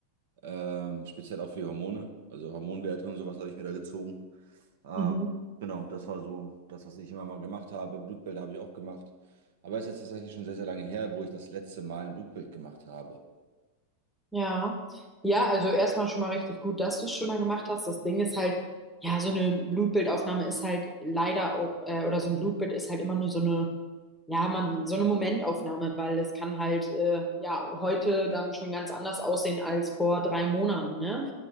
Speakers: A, on the right (about 55°); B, in the centre.
A: Ähm, speziell auch für Hormone, also Hormonwerte und sowas habe ich mir da gezogen. Ähm,
B: Mhm.
A: genau, das war so das, was ich immer mal gemacht habe. Blutbild habe ich auch gemacht. Aber es ist jetzt tatsächlich schon sehr, sehr lange her, wo ich das letzte Mal ein Blutbild gemacht habe.
B: Ja, ja, also erstmal schon mal richtig gut, dass du es schon mal gemacht hast. Das Ding ist halt, ja, so eine Blutbildaufnahme ist halt leider auch, äh, oder so ein Blutbild ist halt immer nur so eine, ja, man, so eine Momentaufnahme, weil es kann halt, äh, ja, heute dann schon ganz anders aussehen als vor drei Monaten, ne?